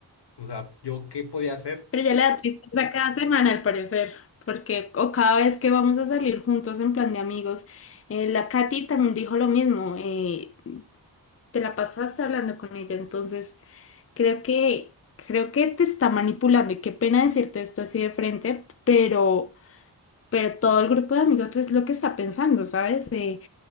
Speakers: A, on the left; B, on the left.
A: o sea, ¿yo qué podía hacer?
B: Pero ya le da tristeza cada semana, al parecer. Porque, o cada vez que vamos a salir juntos en plan de amigos, eh, la Katy también dijo lo mismo. eh, te la pasaste hablando con ella, entonces creo que, creo que te está manipulando. Y qué pena decirte esto así de frente, pero, pero todo el grupo de amigos es lo que está pensando, ¿sabes? Eh,